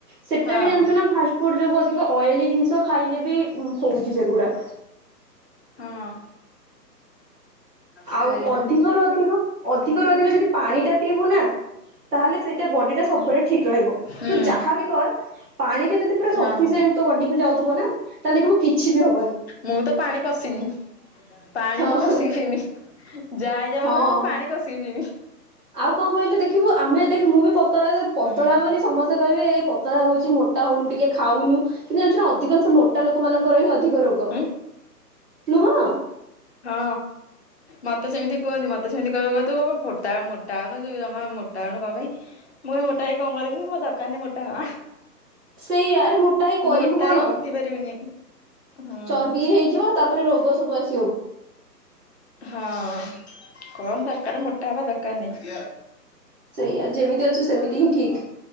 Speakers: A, on the right (about 65°); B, on the left (about 45°).
A: ସେଟା
B: ହଁ
A: ବି ଜାଣିଛୁ ନା ଫାଷ୍ଟ ଫୁଡ ଯୋଗୁ ଅଧିକ ଅଏଲି ଜିନିଷ। ଖାଇଲେ ବି ଉଁ ହଉଛି ସେଗୁଡା।
B: ହଁ। ସେଇବା
A: ଆଉ ଅଧିକରୁ ଅଧିକ ଅଧିକରୁ ଅଧିକ ଯଦି ପାଣି ଟା ପିଇବୁ ନା। ତାହେଲେ ସେଇଟା ବଡି ଟା ସବୁବେଳେ ଠିକ ରହିବ
B: ହୁଁ।
A: ତୁ ଯାହାବି କର ପାଣି ଟା ଯଦି ପୁରା
B: ହଁ
A: ସଫିସିଏଣ୍ଟ ତୋ ବଡି କୁ ଯାଉଥିବ ନା ତାହେଲେ ଦେଖିବୁ କିଛି ବି ହବ
B: ମୁଁ ତ ପାଣି କଷିକି। ପାଣି
A: ହଁ
B: ମୁଁ କଷିକି ପିଇମି ଯାହା ହେଇଯାଉ
A: ହଁ
B: ନା ମୁଁ ପାଣି କଷିକି ପିଇମି।
A: ଆଉ କଣ କହିଲୁ ଦେଖିବୁ ଆମେ ଦେଖ ମୁଁ ବି ପତଳା
B: ହୁଁ।
A: ପତଳା ବୋଲି ସମସ୍ତେ କହିବେ ଏ ପତଳା ହଉଛି ମୋଟା ହଉନୁ ଟିକେ ଖାଉନୁ। କିନ୍ତୁ ଜାଣିଛୁ ନା ଅଧିକାଂଶ ମୋଟା ଲୋକ ମାନଙ୍କର ହିଁ ଅଧିକ ରୋଗ
B: ଉଁ
A: ନୁହଁ।
B: ହଁ ମତେ ସେମିତି କୁହନ୍ତି ମତେ ସେମିତି କହିବେ କହିବେ ତୁ ମୋଟା ମୋଟା ହଉନୁ ତୁ ଜମା। ମୋଟା ହଉନୁ କଣ ପାଇଁ ମୁଁ କହିବି ମୋଟା ହେଇ କଣ କରିବି ମୋର ଦରକାର ନାହିଁ ମୋଟା ହବା।
A: ସେଇଆ ଆରେ ମୋଟା ହେଇ କରିବୁ
B: ମୋଟା
A: କଣ।
B: ହେଇକି ଉଠି ପାରିବିନି। ହୁଁ
A: ଚର୍ବି ହେଇଯିବ ତାପରେ ରୋଗ ସବୁ ଆସି
B: ହଁ କଣ <inaudible> ଆରେ ମୋଟା ହବା ଦରକାର ନାହିଁ
A: ସେଇଆ ଯେମିତି ଅଛୁ ସେମିତି ହିଁ ଠିକ୍।